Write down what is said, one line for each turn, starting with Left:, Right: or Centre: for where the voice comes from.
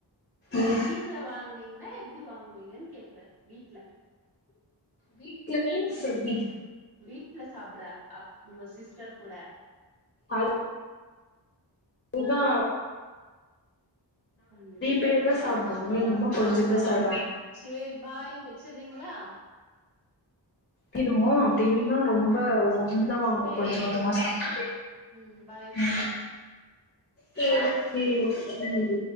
Left: ம்
Right: வீட்ல வாங்கனீங் கனா எப்படி வாங்குவீங்கனு கேக்குற வீட்ல
Left: வீட்ல மீன்ஸ் எப்படி
Right: வீட்ல சாப்பிடற அஹ் உங்க சிஸ் டர் கூட
Left: அது இதா
Right: ம்
Left: பேர் தா சாப்டுவோ
Right: நாங்க
Left: எங்க
Right: ஒன்
Left: அம்மா
Right: பை
Left: கொஞ்சந்தா
Right: டூவா
Left: சாப்டுவாங்க
Right: வாங்கி செரி பாய் வெச்சறீங்ளா
Left: கட்டிடுவோ அப்டி இல்லைனா ரொம்ப ஒ இப்படிதா வாங்குவோ
Right: சேரி
Left: ஆ கொஞ்ச
Right: சேரி
Left: கொஞ்சமா சாப்பிட்டா
Right: ம் பாய் பாய்
Left: உம் சேரி சேரி உம்